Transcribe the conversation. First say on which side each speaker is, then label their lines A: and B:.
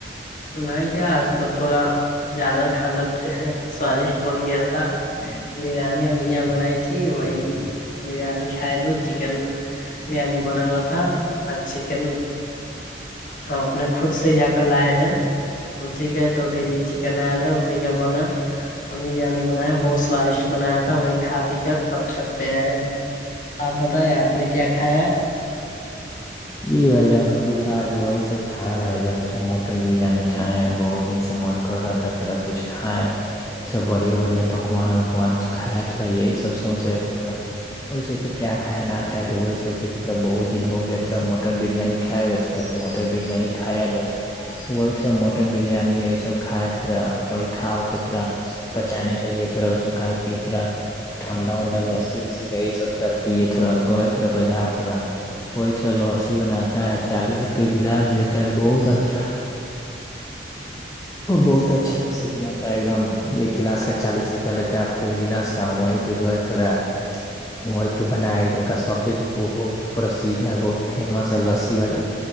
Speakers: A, on the left (about 45°); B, on the left (about 20°).
A: بھائی جان آج تو تھوڑا زیادہ کھانا سوادشٹ بن گیا تھا بریانی ا می جان بنائی تھی وہی بریانی کھا لو چکن بریانی بنا ہوا تھا اور چکن اپ نے خود سے جا کر لائے ہیں ان سےکیا دو کے جی چکن آیا تھا اسی کا بنا امی جان نے بنایا بہت سوادشٹ بنایا تھا وہی کھا پی کر تب چھت پہ آئے ہیں آپ بتائی آپ نے کیا کھایا
B: جی بھائی جان تھا آج وہی سب کھائے ہے بھائی جان تھڑا مٹن بریانی کھائے ہیں بہت دن سے من کر رہا تھا تھوڑا کچھ کھائے سب بڑھیا بڑھیا پکوان وکوان س کائے تھوڑا یہی سب سوچ رہے تھے تھوڑا وہی سوچے کیا کھائے نہ کھائے تو وہی سوچے کہرا بہت دن ہو گیارا مٹن بریانی کھائے ہوئے تھا تو مٹر بریانی کایا جائے تو وہی تھا مٹن بریانی ہے یہ سب کھائے تھا وہی کھاؤ کے تھوڑا بچانے کے لیے تھرا اس کو کہا کہ تھرا ٹھنڈا وڈا لسی و یہی سب تھوڑا پیے تھوڑا گیے بازا تھوڑا اچھا لوسی بناتا ہے چالیس روپئے گلاس دیتا ہے بہت اچھا
A: <inaudible>
B: بہت اچھا لسی بنتا ہے ایک دم ایک گلاس کا چالیس روپیہ لیتا ہے فل گلاس کا وہیں پہ گ تھوڑا وہیں پہ بنایا ادھر کا سب سے جو وہ بہت پرسھ یہ بہت فیمس ہے لسی والا